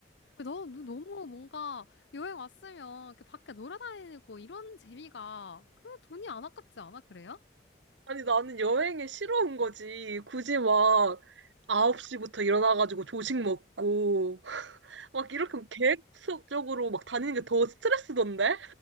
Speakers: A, on the left; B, on the right.
A: 너 너 너무 뭔가 여행 왔으면 그 밖에 놀아다니고 이런 재미가 그 돈이 안 아깝지 않아? 그래요?
B: 아니, 나는 여행에 싫어온 거지. 굳이 막 9시부터 일어나가지고 조식 먹고. <laughs> 막 이렇게 계획적으로 막 다니는 게 더 스트레스던데?